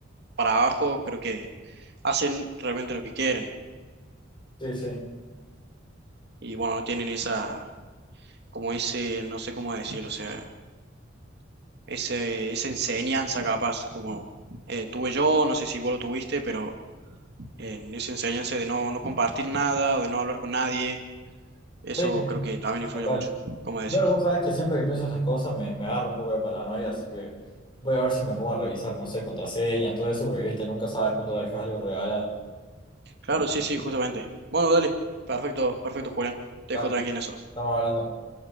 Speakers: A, on the right (about 60°); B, on the left (about 25°).
A: para abajo, creo que hacen realmente lo que quieren
B: Sí, sí.
A: y bueno, no tienen esa, como ese, no sé cómo decirlo, o sea, ese, esa enseñanza capaz, como eh, tuve yo, no sé si vos lo tuviste, pero en esa enseñanza de no, no compartir nada, o de no hablar con nadie Eso
B: Sí,
A: creo que también influye
B: total.
A: mucho, como decía.
B: Yo, vos sabés que siempre que pienso estas cosas me, me agarra un poco de paranoia, así que voy a ver si me pongo a revisar, no sé, contraseñas, todo eso, porque viste, nunca sabes cuándo dejas algo regalado.
A: Claro, sí, sí, justamente. Bueno, dale. Perfecto, perfecto, Julián. Te
B: Dale,
A: dejo tranqui en eso.
B: estamos hablando.